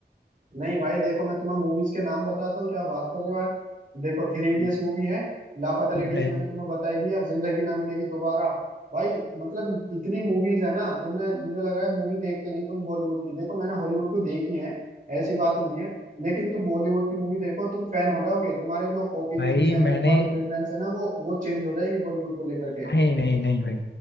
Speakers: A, on the right; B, on the left.
A: नहीं भाई देखो मैं तुम्हें मूवीज के नाम बताता हूँ क्या बात कर रहे हो यार देखो थ्री
B: हम्म,
A: इडियट्स मूवी है लापता लेडीज
B: है।
A: मैंने तुम्हें बता ही दिया जिंदगी ना मिलेगी दोबारा भाई मतलब इतनी मूवीज है ना तुमने मुझे लग रहा है मूवी देखते नहीं तुम बॉलीवुड की देखो मैंने हॉलीवुड को देखी है ऐसी बात नहीं है लेकिन तुम बॉलीवुड की मूवी देखो तुम फैन हो जाओगे तुम्हारे जो ओपिनियंस
B: भाई
A: हैं
B: मैंने
A: जो तुम्हारी प्रेफरेंस है ना वो वो चेंज हो जाएगी बॉलीवुड को लेकर के
B: नहीं नहीं नहीं भाई